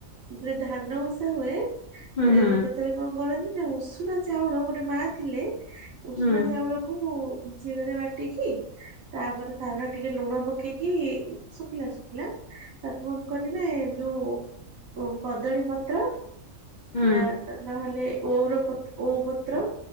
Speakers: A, on the right (about 85°); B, on the left (about 60°).
A: ଯୋ ଧାନ ଓଷା ହୁଏ ଏ
B: ହୁଁ ହୁଁ
A: ଯେତେବେଳେ କଣ କରନ୍ତି ନା ଉଷୁନା ଚାଉଳ ଗୋଟେ ମା ଥିଲେ ଉଷୁନା
B: ହୁଁ
A: ଚାଉଳ କୁ ଶିଳରେ ବାଟିକି ତାପରେ ତାଉପରେ ଟିକେ ଲୁଣ ପକେଇକି କି ଶୁଖିଲା ଶୁଖିଲା ତାକୁ କଣ କର୍ ମେ ଯୋଉ କଦଳୀ ପତ୍ର
B: ହୁଁ
A: ନା ନହେଲେ ଔର ପତ୍ ଓଉ ପତ୍ର